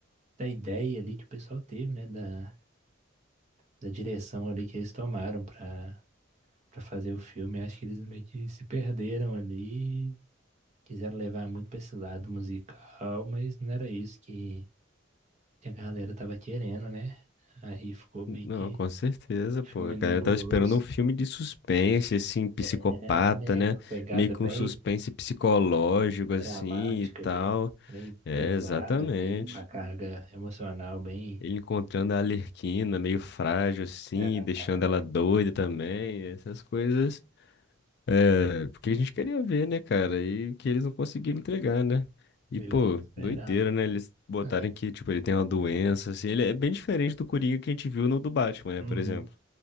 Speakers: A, on the right; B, on the left.
A: da ideia ali que o pessoal teve, né? Da, da direção ali que eles tomaram pra, pra fazer o filme. Acho que eles meio que se perderam ali, quiseram levar muito pra esse lado musical, mas não era isso que, que a galera tava querendo, né? Aí ficou meio
B: Não,
A: que
B: com certeza,
A: um
B: pô.
A: filme
B: A galera
A: nebuloso.
B: tava esperando um filme de suspense, assim, psicopata,
A: É, né,
B: né?
A: uma pegada
B: Meio que
A: bem
B: um suspense psicológico, assim,
A: dramática
B: e tal.
A: ali, bem
B: É,
A: pesado
B: exatamente.
A: ali, com a carga emocional bem.
B: Ele encontrando a Arlequina, meio frágil, assim,
A: é,
B: deixando ela doida também. Essas coisas. É, porque a gente queria ver, né, cara? E que eles não conseguiram entregar, né? E,
A: Viu
B: pô,
A: quem esperava.
B: doideira, né? Eles botarem
A: É.
B: que, tipo, ele tem uma doença, assim. Ele é bem diferente do Coringa que a gente viu no do Batman, né,
A: Uhum.
B: por exemplo.